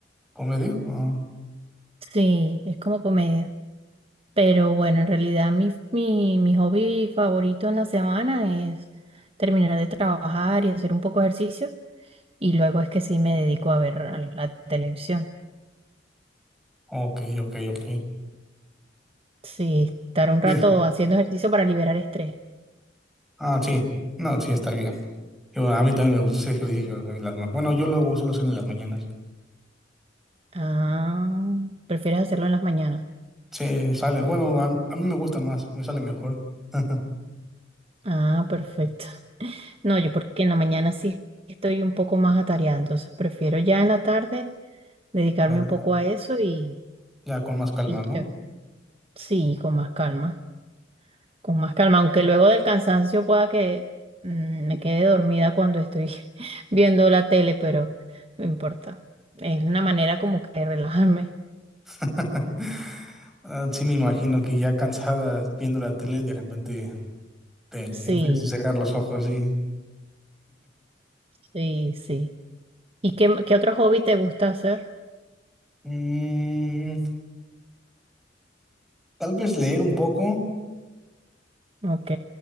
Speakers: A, in the centre; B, on the right (about 30°).
A: ¿comedia? Ah,
B: sí, es como comedia, pero bueno, en realidad mi, mi, mi hobby favorito en la semana es terminar de trabajar y hacer un poco de ejercicio y luego es que sí me dedico a ver a la televisión,
A: ok, ok, ok.
B: sí, estar un
A: Eh,
B: rato haciendo ejercicio para liberar estrés.
A: Ah, sí. No, sí, está bien. Yo, a mí también me gusta ese ejercicio. En las ma- bueno, yo lo suelo hacer en las mañanas.
B: Ah, ¿prefieres hacerlo en las mañanas?
A: Sí, sale. Bueno, a, a mí me gusta más, me sale mejor. <laughs>
B: Ah, perfecto. <laughs> No, yo porque en la mañana sí estoy un poco más atareada, entonces prefiero ya en la tarde dedicarme
A: Ya, la-
B: un poco a eso y,
A: ya con más calma,
B: y
A: ¿no?
B: ya. sí, con más calma, con más calma, aunque luego del cansancio pueda que mm, me quede dormida cuando estoy <laughs> viendo la tele, pero no importa. Es una manera como que de relajarme.
A: <laughs> Ah, Sí, me imagino que ya cansada viendo la tele, de repente te
B: Sí,
A: empiezas a cerrar los ojos y...
B: sí, sí. ¿Y qué, qué otro hobby te gusta hacer?
A: Mm, tal vez leer un poco.
B: Ok.